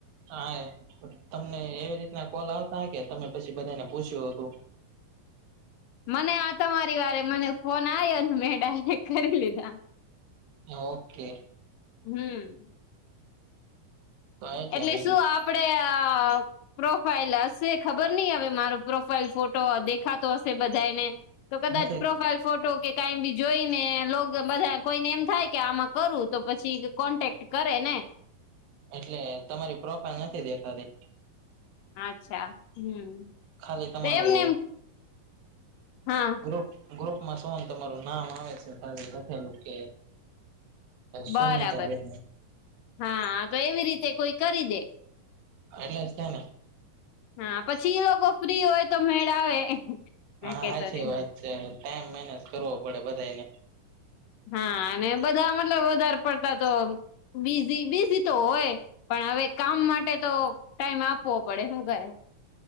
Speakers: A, on the right; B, on the left.
A: હા એ તમને એવી રીતના કોલ આવતા હોય કે તમે પછી બધાને પૂછ્યું હતું.
B: મને આ તમારી વારે મને ફોન આવ્યો મેં ડાયરેક્ટ કરી લીધા.
A: ઓકે.
B: હમ.
A: તો
B: એટલે
A: મે
B: શું આપણે આ પ્રોફાઈલ હશે ખબર નહી હવે મારો પ્રોફાઈલ ફોટો દેખાતો હશે બંધાય ને. તો કદાચ
A: નથી
B: પ્રોફાઇલ ફ ફોટો કે કાઈ બી જોઈને લોગો બધા કોઈને એમ થાય કે આમાં કરું તો પછી કોન્ટેક્ટ કરે ને
A: એટલે તમારી પ્રોફાઈલ નથી દેખાતી.
B: અચ્છા હમ.
A: ખાલી તમારો
B: તો એમને એમ હા.
A: ગ્રુપ ગ્રુપમાં સો તમારું નામ આવે છે તા લખેલું કે
B: બરાબર
A: સુમિતા બેન
B: હા તો એવી રીતે કોઈ કરી દે
A: એટલે તે ને
B: હા પછી ઈ લોકો ફ્રી હોય તો મેળ આવે મેં
A: હા
B: કેતો
A: સાચી
B: નહી
A: વાત છે ટાઈમ મેનેજ કરવો પડે બંધાય ને.
B: હા અને બધા મતલબ વધાર પડતા તો બીઝી બીઝી તો હોય. પણ હવે કામ માટે તો ટાઈમ આપવો પડે હું કરે?